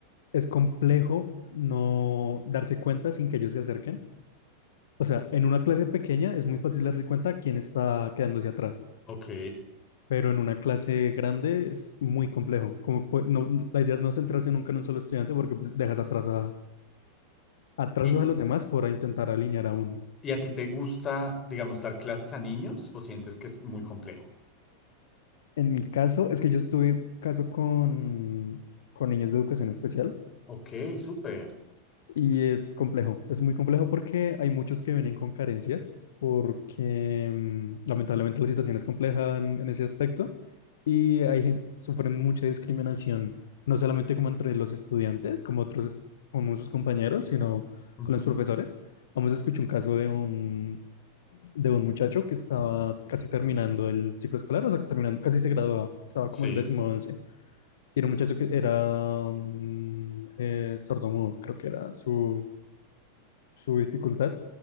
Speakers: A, on the left (about 60°); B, on the left (about 25°).
A: es complejo no darse cuenta sin que ellos se acerquen. O sea, en una clase pequeña es muy fácil darse cuenta quién está quedándose atrás,
B: ok.
A: pero en una clase grande es muy complejo. Como pu- no, no- la idea es no centrarse nunca en un solo estudiante porque pues, dejas atrás a, atrasas
B: ¿Y,
A: a los demás por intentar alinear a uno.
B: y a ti te gusta, digamos, dar clases a niños o sientes que es muy complejo?
A: En mi caso, es que yo tuve caso con, con niños de educación especial
B: Ok, súper.
A: Y es complejo, es muy complejo porque hay muchos que vienen con carencias, porque mm, lamentablemente la situación es compleja en, en ese aspecto y hay gente, sufren mucha discriminación, no solamente como entre los estudiantes, como otros, es- como sus compañeros, sino
B: Ujú,
A: con los profesores. Vamos a escuchar un caso de un, de un muchacho que estaba casi terminando el ciclo escolar, o sea, terminando, casi se graduaba, estaba
B: Sí.
A: como en décimo once. Y era un muchacho que era mm, eh, sordomudo, creo que era su, su dificultad.